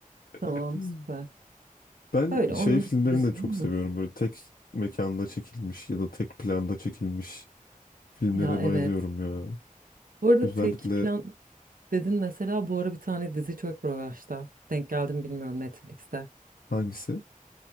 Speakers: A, on the right (about 75°); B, on the left (about 85°).
A: tamam
B: <laughs>
A: süper.
B: Ben
A: Öyle
B: şey
A: onun
B: filmlerini
A: dışında
B: de çok
A: mı?
B: seviyorum. Böyle tek mekanda çekilmiş ya da tek planda çekilmiş filmlere
A: Ya evet.
B: bayılıyorum ya.
A: Bu arada
B: Özellikle
A: tek plan dedin mesela bu ara bir tane dizi çok revaçta. Denk geldim bilmiyorum Netflix'te.
B: hangisi?